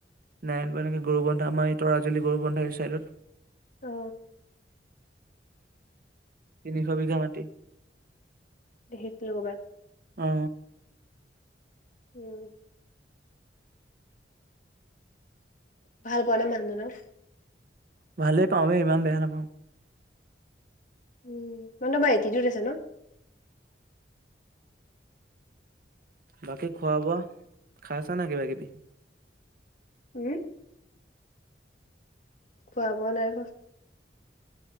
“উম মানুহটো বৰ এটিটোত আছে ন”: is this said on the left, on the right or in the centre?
Left